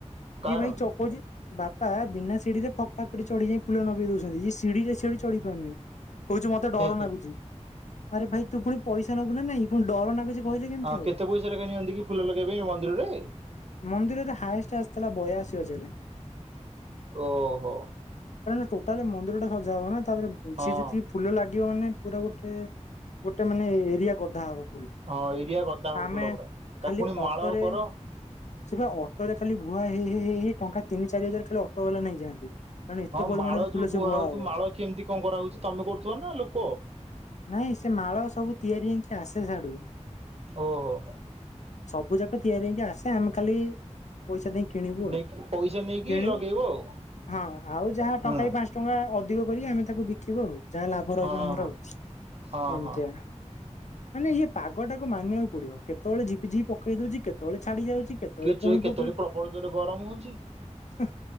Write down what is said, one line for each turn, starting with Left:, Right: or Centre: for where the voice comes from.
Right: କାହାର
Left: ଇଏ ଭାଇ ଚକଉଛି ବାପା ବିନା ସିଡ଼ିରେ ଫକ୍। ତା ଉପରେ ଚଢି। ଫୁଲ ନଗେଇ ଦଉଛନ୍ତି ଇଏ ସିଡ଼ି ରେ ସିଡ଼ି ଚଢି ପାରୁନି କହୁଛି ମତେ ଡର
Right: ହେ ହେ
Left: ଲାଗୁଛି ଆରେ ଭାଇ ତୁ ପୁଣି ପଇସା ନବୁ ନା ନାଇଁ ପୁଣି ଡର ଲାଗୁଛି କହିଲେ କେମିତି
Right: ଅ
Left: ହବ।
Right: କେତେ ପଇସା ଫୁଲ ଲଗେଇବେ ମନ୍ଦିରରେ
Left: ମନ୍ଦିରରେ ହାଏଷ୍ଟ ଆସିଥିଲା ବୟାଅଶୀ ହଜାରେ।
Right: ଓହୋ।
Left: ଟୋଟାଲି ମନ୍ଦିରଟା ସଜା ହବନା। ତା ପରେ ବୁଝେ
Right: ହଁ
Left: ଯେତିକି ଫୁଲ ଲାଗିବ ମାନେ ପୁରା ଗୋଟେ ଗୋଟେ। ତମେନେ ମାନେ ଏରିଆ ଗଧା ହବ।
Right: ଓଁ ଏରିଆ ଗଦା। ଫୁଲ
Left: ମେ
Right: ପୁରା। ତାକୁ
Left: ଖାଲି
Right: ପୁଣି
Left: ଅଟୋରେ
Right: ମାଳ କର।
Left: ସେ, ବା ଅଟୋରେ ଖାଲି ଭୁଆ ହେଇ ହେଇ ଟଙ୍କା। ତିନି ଚାରିହଜାର ଖାଲି ଅଟୋ ବାଲା ନେଁ। କାରଣ ଏତେ
Right: ହଁ
Left: ପରିମାଣରେ
Right: ମାଳ
Left: ଫୁଲ
Right: ଯୋଉ
Left: ସେ ବୁହା
Right: ହଉଥିବ
Left: ହବ
Right: ମାଳ କେମିତି କଣ କରାହଉଛି ତମେ କରୁଥିବ ନା ଲୋକ?
Left: <inaudible> ନାଇଁ ସେ ମାଳ ସବୁ ତିଆରି ହେଇକି ଆସେ ସେଆଡୁ
Right: ଓହୋ
Left: ସବୁ ଯାକ ତିଆରି ହେଇକି ଆସ ଆମେ ଖାଲି ପଇସା ଦେଇ କିଣିବୁ
Right: ନେଇକି ପଇସା
Left: <inaudible>
Right: ନେଇକି
Left: କିଣିବୁ
Right: ଲଗେଇବ ଆଉ
Left: ହଁ ଆଉ ଯାହା
Right: ହୁଁ।
Left: ଟଙ୍କା ବି ପାଞ୍ଚ ଟଙ୍କା ଅଧିକ କରିକି ଆମେ ତାକୁ ବିକିବ ଆଉ। ଯାହା ଲାଭ ରହିବ
Right: ହଁ
Left: ଆମର
Right: ହଁ
Left: ଆଉ
Right: ହଁ
Left: ଏମିତିଆ
Right: ହଁ
Left: ମାନେ ଇଏ ପାଗଟାକୁ ମାନିବା ପଡିବ କେତବେଳେ ଜି ପକେଇ ଦଉଛି କେତେବେଳେ ଛାଡି ଯାଉଛି। କେତେବେଳେ
Right: କିଛି
Left: ପୁଣି
Right: କେତେବେଳେ
Left: ପକଉଛି
Right: ପ୍ରବଳ ଜୋରେ ଗରମ ହଉଛି।
Left: ହେଁ